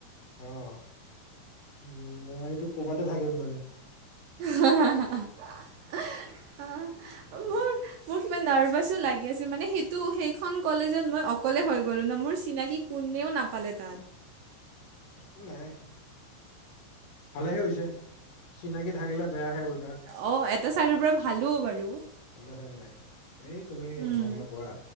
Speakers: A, on the left; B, on the right.
A: অ', উম মইটো কৰ'বাতে থাকিম মানে
B: মোৰ মোৰ
A: উম
B: কিবা নাৰ্ভাচো লাগি আছিল মানে সেইটো সেইখন কলেজত মই অকলে হৈ গ'লো ন মোৰ চিনাকি কোনেও নাপালে তাত
A: এক নাই ভালেহে হৈছে চিনাকি থাকিলে বেয়াহে উল্টা
B: অ', এটা চাইডৰ পৰা ভালো বাৰু
A: গম পাইছনে নাই এই তুমি
B: উম।
A: গম নপোৱা।